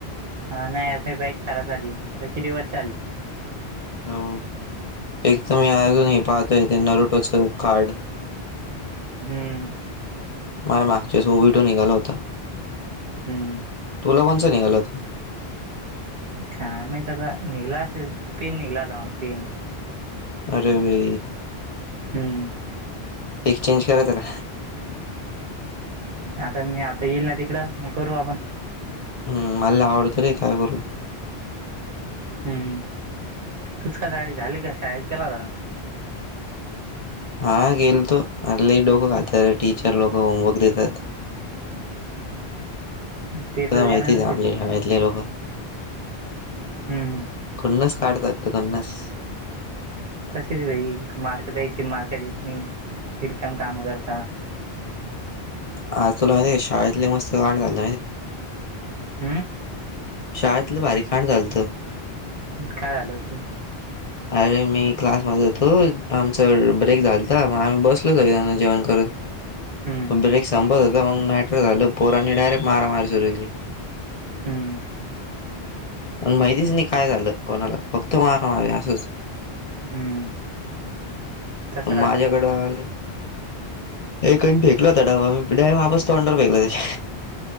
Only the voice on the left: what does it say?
हो एक तर मी अजूनही पाहतो आहे ते नरुटोचं कार्ड
माझ्या मागच्या वेळीस <unintelligible> निघाला होता
तुला कोणचा निघाला होता
अरे <unintelligible>
एक्सचेंज करायचं का
हम् मला लई आवडत रे काय करू
हा गेलतो अरं लई डोकं खाता टीचर लोकं होमवर्क देतात
तुला
माहितीच
आपले
शाळेतले लोक
खुन्नस काढता ते खुन्नस
आज तुला माहिती आहे का शाळेतले मस्त <unintelligible>
शाळेत लई भारी कांड झालत
अरे मी क्लास मध्ये होतो आमचा ब्रेक झालता मग आम्ही बसलो सगळे जण जेवण करत
मग ब्रेक संपत होता मग मॅटर झालं पोरांनी डायरेक्ट मारामारी सुरू केली
मग माहितीच नाही काय झालं कोणाला फक्त मार असच
माझ्याकड
आलं एकाने फेकला होता डब्बा मी डायरेक्ट वापस तोंडावर फेकला त्याच्या